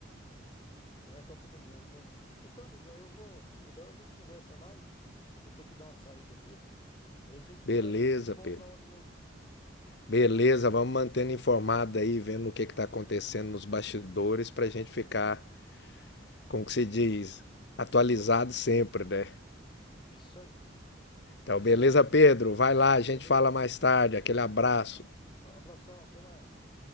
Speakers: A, on the left; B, on the left.
A: ganhar a Copa do Mundo, né? Então, amigão, eu vou. Outra hora a gente conversa mais. Eu vou ter que dar uma saída aqui. Aí a gente
B: beleza,
A: conversa sobre futebol
B: Pedro.
A: outra hora de novo.
B: Beleza, vamos mantendo informado aí, vendo o que está acontecendo nos bastidores para a gente ficar, como que se diz, atualizado sempre, né?
A: Isso aí,
B: Então,
A: isso
B: beleza,
A: aí.
B: Pedro? Vai lá, a gente
A: Beleza?
B: fala mais tarde. Aquele abraço.
A: Abração, até mais.